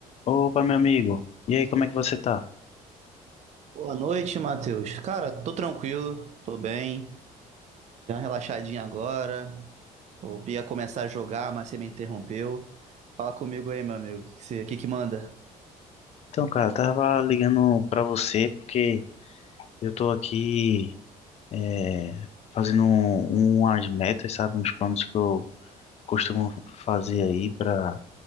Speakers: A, on the left; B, on the right.
A: Opa, meu amigo. E aí, como é que você tá?
B: Boa noite, Matheus. Cara, tô tranquilo, tô bem. Dei uma relaxadinha agora. Eu ia começar a jogar, mas você me interrompeu. Fala comigo aí, meu amigo. O que que você, o que que manda?
A: Então, cara, eu tava ligando pra você porque eu tô aqui é, fazendo um- umas metas, sabe? Uns planos que eu costumo fazer aí pra,